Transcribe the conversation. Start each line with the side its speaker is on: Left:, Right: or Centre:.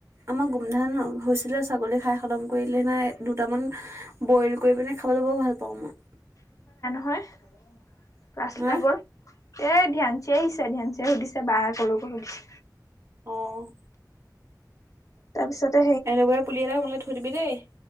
Right: আমাৰ গোমধান হৈছিলে, ছাগলীয়ে খাই খতম কৰি দিলে নহয়, দুটামান বইল কৰি পিনে খা খাবলে বৰ ভাল পাওঁ মই।
Left: <unintelligible> ক্লাছলৈ
Right: হা
Left: গল। এ, ধ্যানচি আহিছে, ধ্যানচিয়ে সুধিছে বা কলে গল সুধিছে।
Right: অ'।
Left: তাৰপিছতে
Right: এনেকুৱাই পুলি এটা মুলে থৈ দিবি দেই।